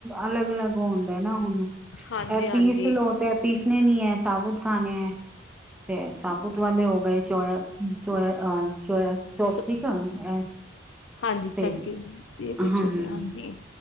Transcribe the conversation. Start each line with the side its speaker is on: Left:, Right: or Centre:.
Centre: ਅਲੱਗ ਅਲੱਗ ਹੁੰਦਾ ਨਾ ਹੁਣ
Left: ਹਾਂਜੀ
Centre: ਐਪੀਸ
Left: ਹਾਂਜੀ
Centre: ਲਓ ਤੇ ਐਪੀਸ ਨੇ, ਨ ਹੈ ਸਾਬੂਤ ਖਾਣੇ ਹੈ, ਫ ਸਾਬੂਤ ਵਾਲੇ ਹੋ ਗਏ। ਚੋਇ ਸੋਇ ਅ ਚੌਪ
Left: ਅੱਛਾ
Centre: ਚੌਪ ਸੀਕ ਐ
Left: ਹਾਂਜੀ
Centre: ਤੇ
Left: ਚੰਕੀਜ਼ ਇਹ
Centre: ਹਾਂ,
Left: ਕੁਛ ਹੋ
Centre: ਹੂੰ
Left: ਗਿਆ ਹਾਂਜੀ